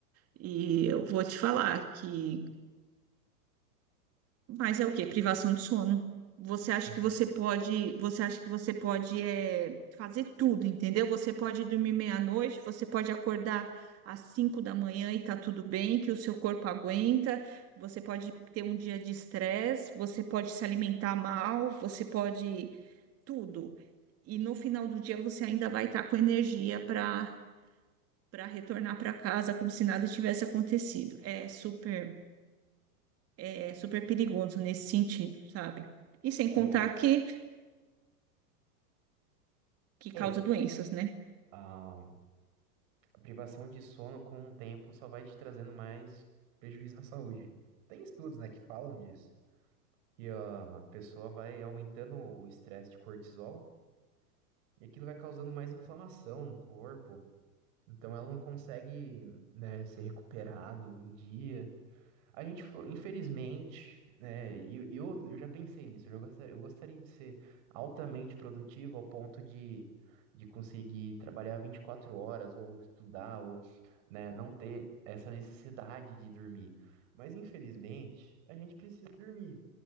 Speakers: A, on the right; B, on the right.
A: E eu vou te falar que Mas é o quê? Privação de sono. Você acha
B: Uhum.
A: que você pode, você acha que você pode é, fazer tudo, entendeu? Você pode dormir meia-noite, você pode acordar às cinco da manhã e tá tudo bem, que o seu corpo aguenta, você pode ter um dia de estresse, você pode se alimentar mal, você pode tudo. E no final do dia você ainda vai estar com energia para para retornar para casa como se nada tivesse acontecido. É super é super perigoso nesse sentido, sabe? E sem
B: É,
A: contar
B: o...
A: que, que
B: É.
A: causa doenças, né?
B: Ah. Privação de sono com o tempo só vai te trazendo mais prejuízo na saúde. Tem estudos, né, que falam disso. E a pessoa vai aumentando o estresse de cortisol e aquilo vai causando mais inflamação no corpo. Então ela não consegue, né, se recuperar do, do dia. A gente foi, infelizmente, né? E e eu, eu já pensei nisso. Eu, já gostaria, eu gostaria de ser altamente produtivo ao ponto de, de conseguir trabalhar 24 horas ou estudar, ou, né, não ter essa necessidade de dormir. Mas infelizmente, a gente precisa dormir.